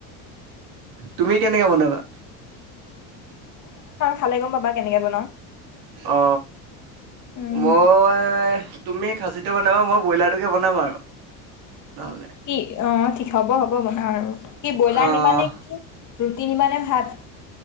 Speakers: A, on the right; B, on the left.
A: তুমি কেনেকে বনাবা,
B: ভালে গম পাবা কেনেকে বনাও,
A: অ
B: উম
A: মই, তুমি খাচীটো বনাবা মই ব্ৰইলাৰটোকে বনাম আৰু, নহ'লে
B: কি অ ঠিক হব হ'ব বনা আৰু কি ব্ৰইলাৰ
A: অ
B: নিবাানে কি? ৰুটি নিমানে ভাত?